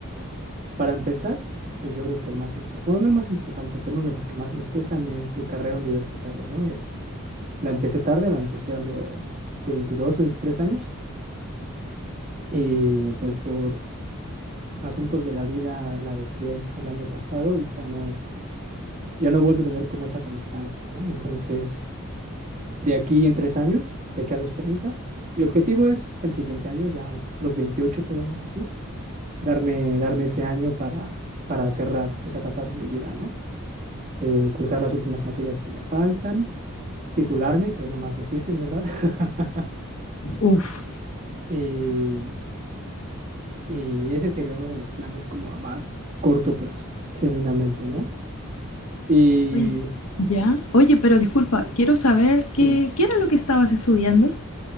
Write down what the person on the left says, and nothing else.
Uf.
Oye, ya. Oye, pero disculpa, quiero saber qué,
qué era lo que estabas estudiando.